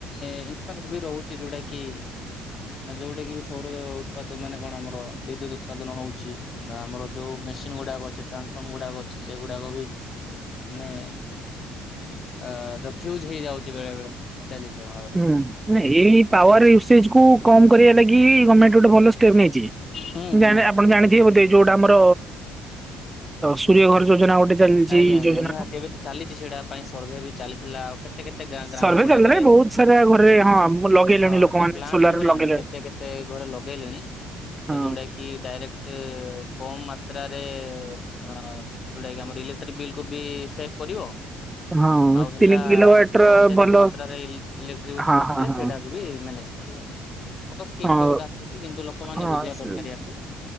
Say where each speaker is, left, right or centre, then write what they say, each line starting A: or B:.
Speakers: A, on the left; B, on the right.
A: ଇମ୍ପାକ୍ଟ ବି ରହୁଛି ଯଉଟା କି ଯୋଉଟା କି ବି ସୌର ଉତ୍ପାଦ ମାନେ କଣ ଆମର ବିଦ୍ୟୁତ୍ ଉତ୍ପାଦନ ହଉଛି ବା ଆମର ଯୋଉ ମେସିନ ଗୁଡାକ ଅଛି ଟ୍ରାନ୍ସଫର୍ମ ଗୁଡାକ ଅଛି ସେଗୁଡାକ ବି ମାନେ ଅ ଯଫ୍ୟୁଜ ହେଇଯାଉଛି ବେଳେ ବେଳେ। ଅତ୍ୟାଧିକ ଭାବ।
B: ହୁଁଁ ଏଇ ପାୱାର ୟୁସେଜ କୁ କମ୍ କରିବା ଲାଗି ଗମେଣ୍ଟ ଗୋଟେ ଭଲ ଷ୍ଟେପ ନେଇଛି।
A: ହୁଁ
B: ମୁଁ
A: ହୁଁ
B: ଜାଣେ ଆପଣ ଜାଣି ଥିବେ ବୋଧେ ଯୋଉଟା ଆମର ସୂରିୟ ଘର ଯୋଜନା ଗୋଟେ ଚାଲିଛି
A: ଆଜ୍ଞା ଆଜ୍ଞା
B: ଯୋଜନା
A: ନିହାତି
B: ହଁ।
A: ଏବେ ତ ଚାଲିଛି ସେଇଟା ପାଇଁ ସର୍ଭେ ବି ଚାଲିଥିଲା ଆଉ କେତେ କେତେ ଗ୍ରାମ
B: ସର୍ଭେ
A: ଗୁଡାକରେ
B: ଚାଲିଲାଣି ବହୁତ ସାରା ଘରେ ହଁ ମୁଁ ଲଗେଇଲେଣି
A: ହଁ
B: ଲୋକମାନେ
A: ଏବେ ପ୍ଲାଣ୍ଟ
B: ସୋଲାର
A: ହେଇଗଲାଣି
B: ଲଗେଇଲେଣି।
A: କେତେ କେତେ ଘରେ ଲଗେଇଲଲେଣି। ତ
B: ହଁ
A: ଯେଉଟା କି ଡାଇରେକ୍ଟ କମ ମାତ୍ରାରେ ଅ ଯୋଉଟାକି ଇଲେ ବକୁ ସେଭ କରିବ
B: ହଁ
A: ଆଉ ହେଲା
B: ତିନି କିଲୋ ୱାଟ
A: ଯୋଉ
B: ର
A: ଅତ୍ୟଧିକ
B: ଭଲ
A: ମାତ୍ରାରେ ଇ ଇଲେଟ୍ର ୟୁଜ
B: ହଁ
A: କରୁଥିଲେ
B: ହଁ ହଁ
A: ସେଇଟାକୁ ବି ମ୍ୟାନେଜ ଗୋଟେ
B: ହଁ
A: କିନ୍ତୁ ଲୋକମାନେ
B: ହଁ
A: ବୁଝିବା
B: ସେ
A: ଦରକାର ୟାକୁ।